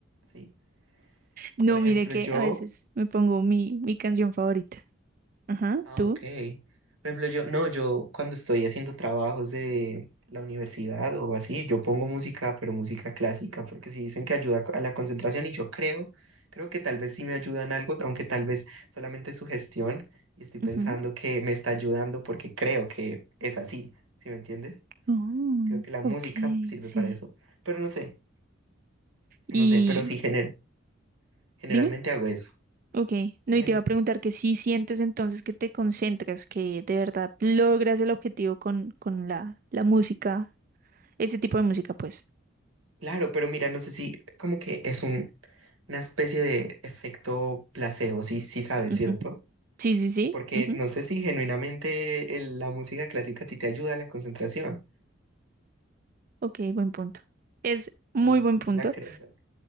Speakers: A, on the right; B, on the right.
A: Sí.
B: No,
A: Por ejemplo,
B: mire que
A: yo,
B: a veces me pongo mi, mi canción favorita. Ajá,
A: ah,
B: ¿tú?
A: ok. Por ejemplo, yo, no, yo cuando estoy haciendo trabajos de la universidad o así, yo pongo música, pero música clásica, porque si dicen que ayuda a la concentración y yo creo, creo que tal vez sí me ayudan algo, aunque tal vez solamente es sugestión y estoy pensando
B: Ujú.
A: que me está ayudando porque creo que es así, ¿sí me entiendes?
B: Oh,
A: Creo que la
B: ok,
A: música sirve
B: sí.
A: para eso. Pero no sé, no
B: Y
A: sé, pero sí gener- generalmente
B: dime.
A: hago eso.
B: Ok,
A: Sí,
B: no,
A: gener-
B: y te iba a preguntar que si sientes entonces que te concentras, que de verdad logras el objetivo con, con la, la música, ese tipo de música, pues.
A: claro, pero mira, no sé si como que es un- una especie de efecto placebo, sí, sí sabes,
B: Ujú.
A: ¿cierto?
B: Sí, sí, sí.
A: Porque
B: ujú.
A: no sé si genuinamente el- la música clásica a ti te ayuda a la concentración.
B: Ok, buen punto. Es muy
A: No sé
B: buen
A: si
B: punto.
A: la crearon.